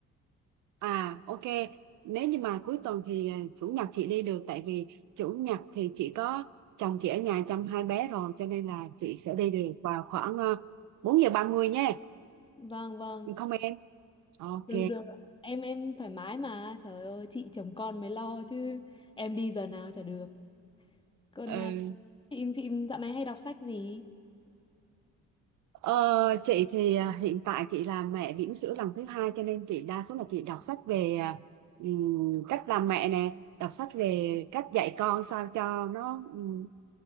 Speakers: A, on the right; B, on the left.
A: à ok nếu như mà cuối tuần thì à, chủ nhật chị đi được tại vì chủ nhật thì chị có chồng chị ở nhà chăm hai bé rồi cho nên là chị sẽ đi được vào khoảng uh, 4 giờ 30 nhé
B: Vâng, vâng.
A: không em? Ok.
B: Được, được. Em em thoải mái mà. Trời ơi, chị chồng con mới lo chứ. Em đi giờ nào chả được. Còn
A: Ừ.
B: ờ, chị chị dạo này hay đọc sách gì?
A: Ờ, chị thì à, hiện tại chị là mẹ bỉm sữa lần thứ hai cho nên chị đa số là chị đọc sách về à, ừm, cách làm mẹ nè, đọc sách về cách dạy con sao cho nó ừm,